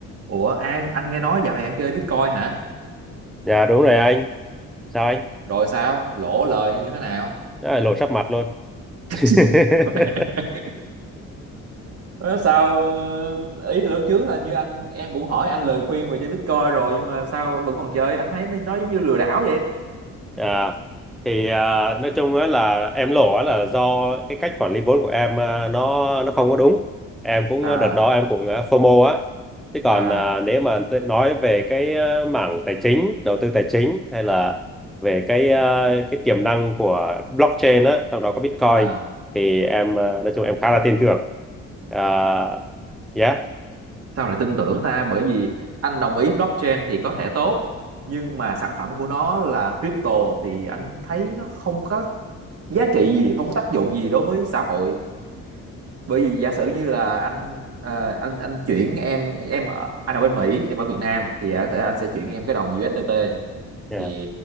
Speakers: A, on the right; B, in the centre.
A: Ủa An, anh nghe nói dạo này em chơi Bitcoin hả?
B: Dạ đúng rồi anh. Sao anh?
A: Rồi sao? Lỗ lời như thế nào?
B: Đó là lộ sắp mặt luôn.
A: <laughs>
B: <laughs>
A: Nói sao ờ, ý là lúc trước là như anh em cũng hỏi anh lời khuyên về chơi Bitcoin rồi nhưng mà sao vẫn còn chơi? Anh thấy nó nó giống như lừa đảo vậy.
B: à, thì à, nói chung á là em lộ á là do cái cách quản lý vốn của em à, nó nó không có đúng. Em cũng
A: À,
B: à, đợt đó em cũng à, FOMO á. Chứ còn
A: à,
B: à, nếu mà tôi nói về cái à, mảng tài chính, đầu tư tài chính hay là về cái à, cái tiềm năng của blockchain á, trong đó có Bitcoin
A: à.
B: thì em à, nói chung em khá là tin tưởng. À, yeah.
A: Sao lại tin tưởng ta? Bởi vì anh đồng ý blockchain thì có thể tốt nhưng mà sản phẩm của nó là crypto thì anh thấy nó không có giá trị gì, không có tác dụng gì đối với xã hội bởi vì giả sử như là anh ờ, anh anh chuyển em em ở, anh ở bên Mỹ em ở Việt Nam thì có thể anh sẽ chuyển em cái đồng USDT
B: dạ
A: thì